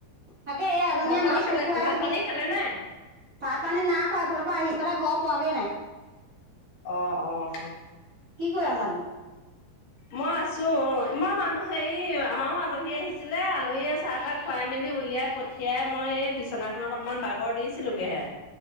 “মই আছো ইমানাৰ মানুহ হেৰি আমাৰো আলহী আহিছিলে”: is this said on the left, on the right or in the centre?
Left